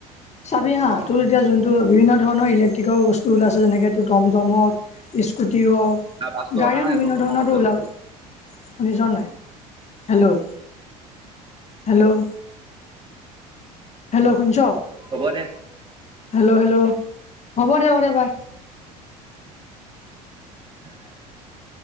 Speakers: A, on the left; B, on the right.
A: চাবি হা
B: অ
A: তোৰ এতিয়া যোনটো বিভিন্ন ধৰণৰ ইলেক্ট্ৰিকেল বস্তু ওলাইছে যেনেকে এইটো টমটম হওঁক স্কুটি হওঁক
B: আৱাজটো
A: গাড়ীও
B: অহা নাই
A: বিভিন্ন
B: টমটমৰ
A: ধৰণৰটো
B: শব্দটো
A: ওলাব শুনিছ নাই হেল্ল' হেল্ল' হেল্ল' শুনিছ
B: হ'ব দে
A: হেল্ল' হেল্ল' হ'ব দে হ'ব দে বাই
B: <inaudible>